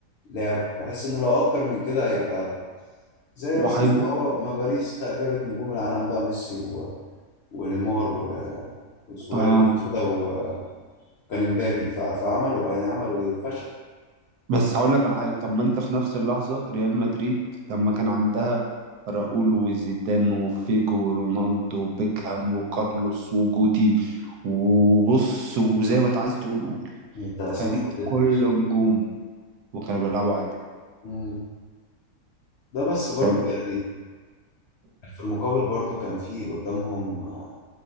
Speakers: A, on the left (about 70°); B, on the right (about 75°).
A: لعب بحس ان لو اكتر من كده هيبقى زي
B: وهيب
A: مثلا هو ما باريس خ- جابت نجوم العالم بقى ميسي و... ونيمار و... وسواريز
B: اه
A: اسمه إيه ده وكان امبابي ف... فعملوا يعني عملوا ايه فشل
B: بس هقول لك على حاجه طب ما انت في نفس اللحظه ريال مدريد لما كان عندها راؤول وزيدان وفيجو ورونالدو وبيكهام وكارلوس وجوتي وبص وزي ما انت عايز تقول قول
A: انت الاسامي
B: فريق
A: فضتني
B: كله
A: اصلا
B: نجوم وكانوا بيلعبوا عادي
A: مم. ده بس برضه
B: فاهم
A: يعني في المقابل برضه كان في قدامهم آه،